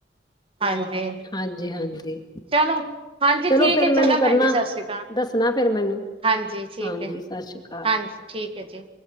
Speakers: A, on the right (about 30°); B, on the left (about 25°).
A: ਹਾਂਜੀ,
B: ਹਾਂਜੀ ਹਾਂਜੀ
A: ਚਲੋ, ਹਾਂਜੀ
B: ਚਲੋ
A: ਠੀਕ
B: ਫਿਰ
A: ਏ ਚੰਗਾ
B: ਮੈਨੂੰ ਕਰਨਾ
A: ਭੈਣ ਜੀ, ਸਤਿ ਸ਼੍ਰੀ
B: ਦੱਸਣਾ ਫੇਿਰ ਮੈਨੂੰ
A: ਹਾਂਜੀ ਠੀਕ
B: ਹਾਂਜੀ
A: ਏ,
B: ਸਤਿ ਸ਼੍ਰੀ ਅਕਾਲ
A: ਹਾਂਜੀ ਠੀਕ ਏ ਜੀ।